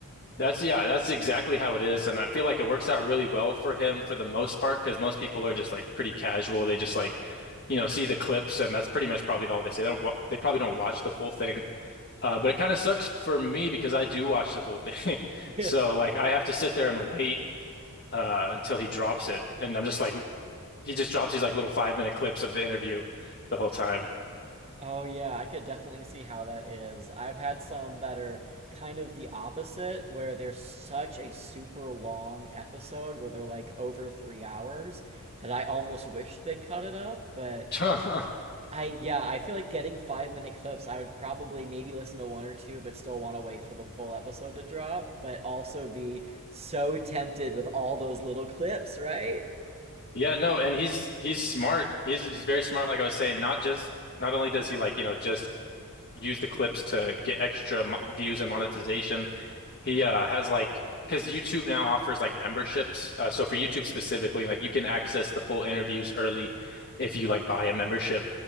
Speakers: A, on the left; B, on the right.
A: That's yeah, that's exactly how it is. And I feel like it works out really well for him for the most part because most people are just like pretty casual. They just like, you know, see the clips and that's pretty much probably all they say. They don't wa they probably don't watch the full thing. Uh, but it kind of sucks for me because I do watch the full thing. <laughs>
B: <laughs>
A: So like I have to sit there and wait uh, until he drops it. And I'm just like he just drops these like little five minute clips of the interview the whole time.
B: Oh yeah, I could definitely see how that is. I've had some that are kind of the opposite, where they're such a super long episode where they're like over three hours that I almost wish they'd cut it up. But
A: <laughs>
B: I yeah, I feel like getting five minute clips, I would probably maybe listen to one or two, but still want to wait for the full episode to drop, but also be so tempted with all those little clips, right?
A: Yeah, no, and he's he's smart. He's he's very smart. Like I was saying, not just not only does he like you know just use the clips to get extra mo views and monetization, he uh, has like because YouTube now offers like memberships. Uh, so for YouTube specifically, like you can access the full interviews early if you like buy a membership,